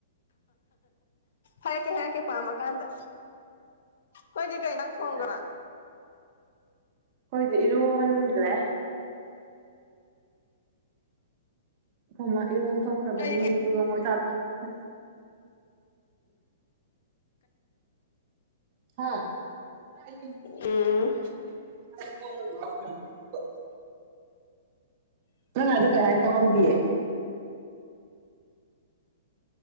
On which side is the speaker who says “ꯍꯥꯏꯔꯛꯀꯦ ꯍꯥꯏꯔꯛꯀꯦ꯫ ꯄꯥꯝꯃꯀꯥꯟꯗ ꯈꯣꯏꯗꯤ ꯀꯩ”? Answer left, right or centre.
Left